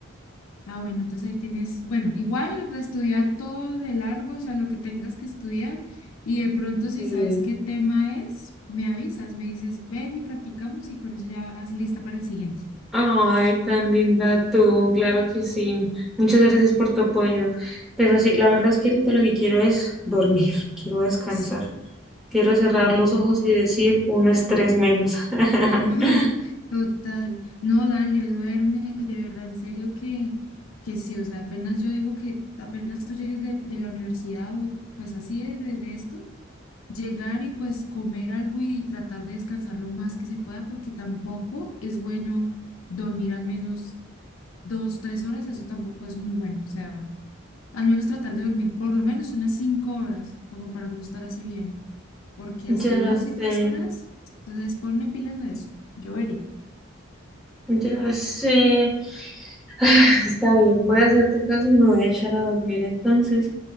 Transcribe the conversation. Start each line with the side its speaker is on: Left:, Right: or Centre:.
Left: Ah, bueno, entonces ahí tienes, bueno, igual estudiar todo de largo, o sea, lo que tengas que estudiar, y de pronto si
Centre: Sí.
Left: sabes qué tema es, me avisas, me dices, ven y practicamos y con eso ya vas lista para el siguiente.
Centre: Ay, tan linda tú, claro que sí. Muchas gracias por tu apoyo. Pero sí, la verdad es que ahorita lo que quiero es dormir, <laughs> quiero descansar,
Left: Sí.
Centre: quiero cerrar
Left: No,
Centre: los ojos y decir un estrés menos. <laughs>
Left: <laughs> total, no, dale, duerme, de verdad, en serio que, que sí, o sea, apenas yo digo que apenas tú llegues de, de la universidad o pues así de, de de esto. Llegar y pues comer algo y tratar de descansar lo más que se pueda, porque tampoco es bueno dormir al menos dos, tres horas, eso tampoco es muy bueno. O sea, al menos tratar de dormir por lo menos unas cinco horas, como para no estar así bien, porque así
Centre: Ya
Left: dos
Centre: sé,
Left: y tres horas, entonces ponle pilas a eso. Yo veré.
Centre: ya sé. <sighs> Ah, Está bien, voy a hacerte caso, me voy a echar a dormir entonces.